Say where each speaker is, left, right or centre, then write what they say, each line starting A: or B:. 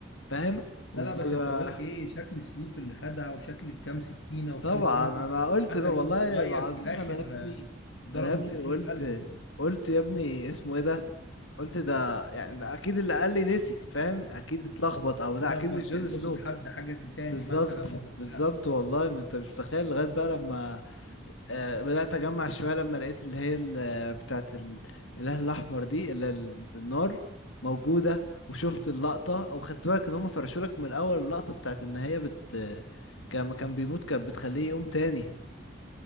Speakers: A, on the left; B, on the left.
A: فاهم
B: لا
A: وب-
B: لا بس انت بقول لك ايه شكل السيوف اللي خدها وشكل كام سكينة وكام
A: طبعا
B: خنجر
A: انا قلت
B: حتى
A: بقى
B: الواد
A: والله
B: الصغير
A: العظيم
B: في الاخر
A: انا يا ابني
B: آه، ضربه
A: انا يا ابني
B: بسكينة
A: قلت
B: في قلبه
A: قلت يا ابني اسمه ايه ده قلت ده يعني ده اكيد اللي قال لي نسي فاهم اكيد اتلخبط او
B: اتلخبط
A: ده اكيد مش جون
B: كان يقصد
A: سنو
B: حد حاجة دي تاني
A: بالظبط
B: مثلا ولا
A: بالظبط
B: بتاع
A: والله ما انت مش متخيل لغايه بقى لما آه، بدأت أجمع شوية لما لقيت اللي هي ال- بتاعة ال- الإله الأحمر دي اللي ال- النار موجودة وشفت اللقطة أو خدت بالك إن هما فرشولك من أول اللقطة بتاعة إن هي بت كان كان بيموت كانت بتخليه يقوم تاني